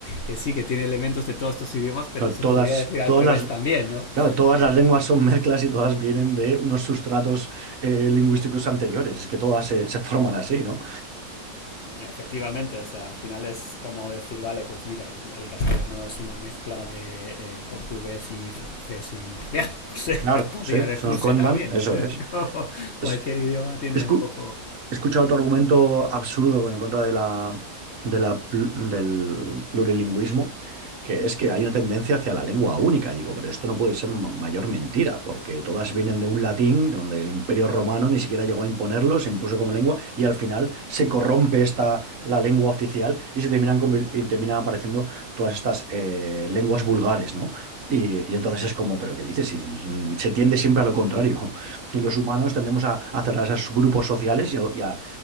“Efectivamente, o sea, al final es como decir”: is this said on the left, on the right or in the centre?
Left